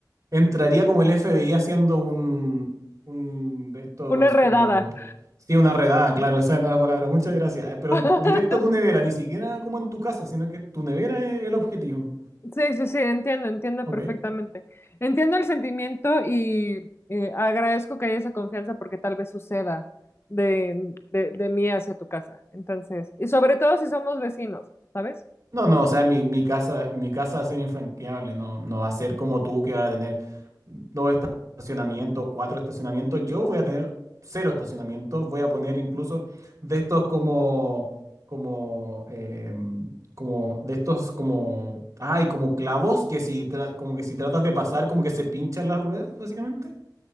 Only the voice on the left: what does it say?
Una redada.
<laughs>
Sí, sí, sí, entiendo, entiendo
perfectamente. Entiendo el sentimiento y eh, agradezco que haya esa confianza porque tal vez suceda de, de, de mí hacia tu casa. Entonces, y sobre todo si somos vecinos, ¿sabes?